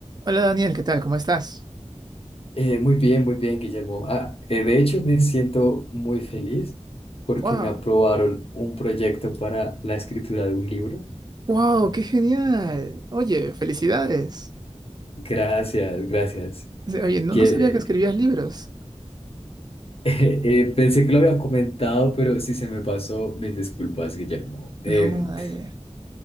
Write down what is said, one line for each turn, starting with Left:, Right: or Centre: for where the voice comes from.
Right: Hola Daniel, ¿qué tal? ¿Cómo estás?
Left: Eh, muy bien, muy bien, Guillermo. Ah, eh, de hecho, me siento muy feliz porque
Right: ¡Wow!
Left: me aprobaron un proyecto para la escritura de un libro.
Right: ¡Wow! ¡Qué genial! Oye, felicidades.
Left: Gracias, gracias.
Right: Se- Oye, no,
Left: Que,
Right: no sabía que escribías libros.
Left: <laughs> eh, pensé que lo había comentado, pero si se me pasó, mis disculpas, Guillermo. Em,
Right: No, dale.